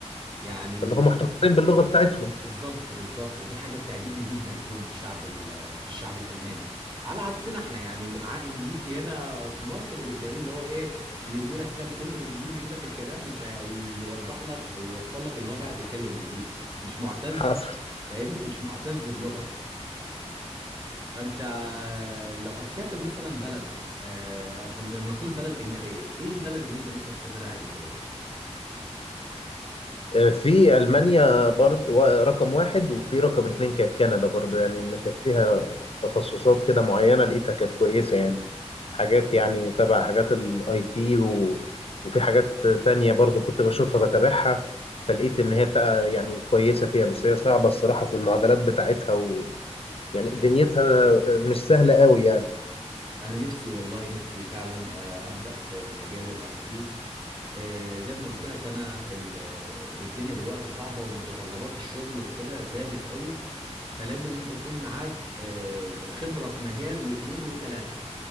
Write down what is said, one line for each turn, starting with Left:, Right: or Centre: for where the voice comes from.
Right: يعني
Left: اللي هم محتفظين باللغه بتاعتهم
Right: بالظبط بالظبط ودي حاجه بتعجبني جدا فيهم في الشعب ال- في الشعب الالماني على عكسنا احنا يعني اللي معاه انجليزي هنا في مصر بتلاقيه اللي هو ايه يرمي لك كام كلمه انجليزي كده في الكلام ويوضح لك او يوصل لك ان هو بيعرف يتكلم انجليزي مش معتز
Left: حصل
Right: فاهمني مش معتز بلغته فانت لو هتسافر مثلا بلد آه، فلنقول بلد اجنبيه ايه البلد اللي انت نفسك تسافرها اجنبيه
Left: آه، في المانيا برضو رقم واحد وفي رقم اتنين كانت كندا برضو يعني ان كانت فيها تخصصات كده معينه لقيتها كانت كويسه يعني حاجات يعني تبع حاجات الاي تي وفي حاجات تانية برضو كنت بشوفها بتابعها فلقيت ان هي بتاع يعني كويسه فيها بس هي صعبه الصراحه في المعادلات بتاعتها ويعني دنيتها مش سهله قوي يعني
Right: انا نفسي والله نفسي فعلا آه، ابدا في مجال الاي تي زي ما قلت لك انا ال- آه، الدنيا دلوقتي صعبه ومتطلبات الشغل وكده زادت قوي فلازم انت يكون معاك آه، خبره في مجال واتنين وتلاته